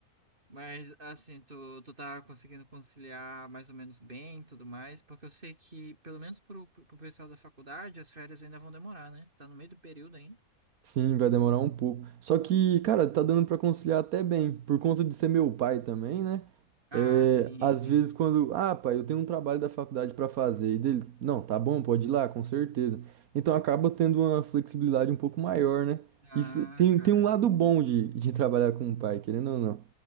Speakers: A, on the right; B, on the right.
A: Mas assim, tu, tu tá conseguindo conciliar mais ou menos bem, e tudo mais, porque eu sei que, pelo menos pro, pro pessoal da faculdade, as férias ainda vão demorar, né? Tá no meio do período ainda.
B: Sim, vai demorar um pouco. Só que, cara, tá dando pra conciliar até bem, por conta de ser meu pai também, né?
A: Ah,
B: É,
A: sim.
B: às vezes quando, ah, pai, eu tenho um trabalho da faculdade pra fazer, e dele, não, tá bom, pode ir lá, com certeza. Então acaba tendo uma flexibilidade um pouco maior, né?
A: Ah,
B: Isso tem,
A: cara.
B: tem um lado bom de, de trabalhar com o pai, querendo ou não.